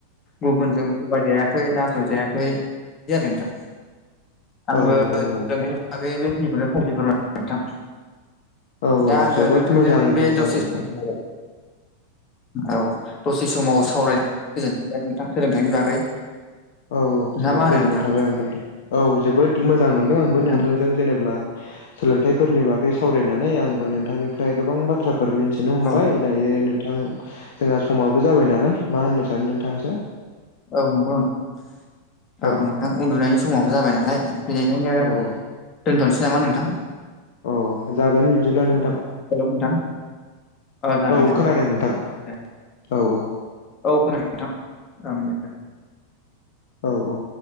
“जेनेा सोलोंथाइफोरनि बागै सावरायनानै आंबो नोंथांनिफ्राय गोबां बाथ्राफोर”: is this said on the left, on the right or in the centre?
Left